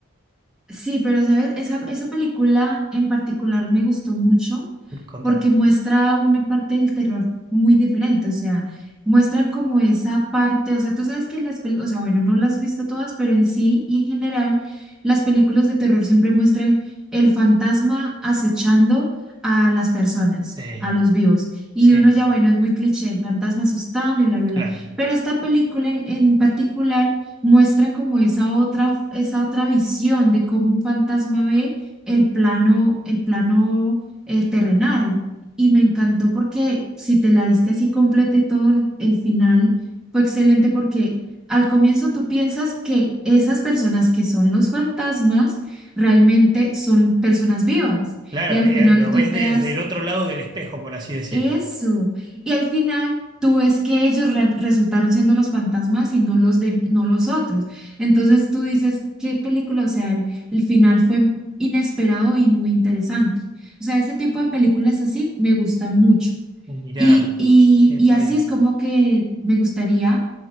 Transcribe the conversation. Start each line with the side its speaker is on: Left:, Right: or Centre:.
Centre: Sí, pero sabes, esa, esa película en particular me gustó mucho
Right: Contame.
Centre: porque muestra una parte del terror muy diferente, o sea, muestran como esa parte, o sea, tú sabes que las, pel- o sea, bueno, no las has visto todas, pero en sí y en general, las películas de terror siempre muestran el fantasma acechando a las personas,
Right: Sí,
Centre: a los vivos. Y
Right: sí,
Centre: uno ya, bueno, es muy cliché, el fantasma asustando y bla, bla,
Right: claro.
Centre: bla. Pero esta película en en particular muestra como esa otra, esa otra visión de cómo un fantasma ve el plano, el plano eh, terrenal. Y me encantó porque si te la diste así completa y todo el, el final fue excelente porque al comienzo tú piensas que esas personas que son los fantasmas realmente son personas vivas.
Right: Claro,
Centre: Y al
Right: eh,
Centre: final
Right: eh, lo
Centre: tú
Right: ves
Centre: te
Right: desde
Centre: das
Right: el otro lado del espejo, por así decir.
Centre: eso. Y al final tú ves que ellos re- resultaron siendo los fantasmas y no los de, no los otros. Entonces tú dices, qué película, o sea, el, el final fue inesperado y muy interesante. O sea, ese tipo de películas así me gusta mucho.
Right: Mirá,
Centre: Y, y,
Right: qué
Centre: y
Right: bueno.
Centre: así es como que me gustaría